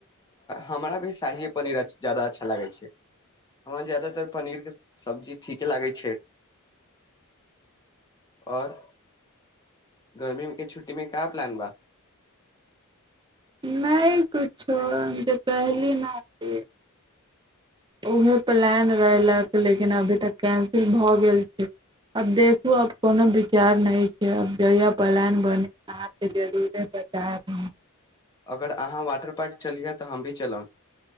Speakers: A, on the left; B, on the right.
A: हमरा भी शाहे पनीर जादा अच्छा अच्छा लागै छै हमरा जादातर पनीर के सब्जी ठीके लागै छै और गर्मी के छुट्टी में का प्लान बा
B: छै नहि कुछो जे कहली ने से उहे प्लान रहलक लेकिन अभी तक कैन्सिल भऽ गेल छै आब देखू आब कोनो विचार नहि छै आब जहिया प्लान बने अहाँके जरूरे बताब
A: अगर अहाँ वाटर पार्क चलियै तऽ हम भी चलब